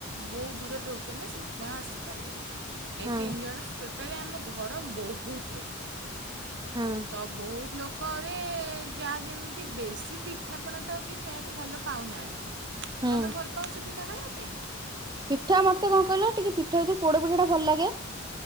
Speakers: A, on the right; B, on the right.
A: ବହୁତ ଦୂରରେ ରହୁଛନ୍ତି ନା ସେଥ୍ ପାଇଁ ଆଉ ଆସିପାରିଲେନି। ଏ
B: ହୁଁ
A: ତିନି ଜଣ ଟୋଟାଲି ଆମ ଘର ବହୁତ ଲୋକ।
B: ହୁଁ
A: ତ ବହୁତ୍ ଲୋକରେ ଯାହା ଯେମିତି ବେଶୀ ପିଠାପଣା ତ କେ ଖାଇବାକୁ ଭଲ ପାଉନାହାନ୍ତି।
B: ହୁଁ
A: ତମେ ଭଲ୍ ପାଉଛ ପିଠା ଖାଇବା ପାଇଁ?
B: ପିଠା ମତେ କଣ କହିଲ ଟିକେ ପିଠା ଭିତରେ ପୋଡ଼ ପିଠା ଟା ଭଲ୍ ଲାଗେ।